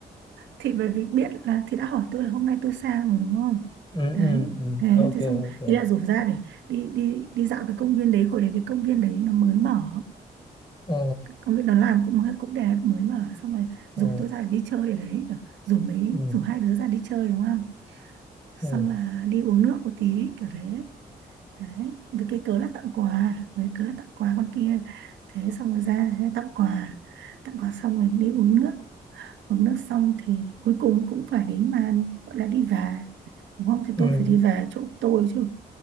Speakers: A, on the right; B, on the left.
A: thì bởi vì biết là thì đã hỏi tôi là hôm nay tôi sao rồi đúng không
B: ừ
A: đấy
B: ừ ừ
A: thế
B: ok
A: thì xong
B: ok
A: ý là rủ ra để đi đi đi dạo cái công viên đấy hồi đấy cái công viên đấy nó mới mở
B: ừ
A: công viên nó làm cũng cũng đẹp mới mở xong rồi rủ
B: ừ
A: tôi ra để đi chơi ở đấy kiểu, rủ mấy
B: ừ
A: rủ hai đứa ra đi chơi đúng không xong
B: ừ
A: là đi uống nước một tí kiểu thế đấy với cái cớ là tặng quà với cớ là tặng quà con kia thế xong rồi ra tặng quà tặng quà xong rồi đi uống nước uống nước xong thì cuối cùng cũng phải đến màn gọi là đi về đúng không thì
B: ừ
A: tôi phải đi về chỗ tôi chứ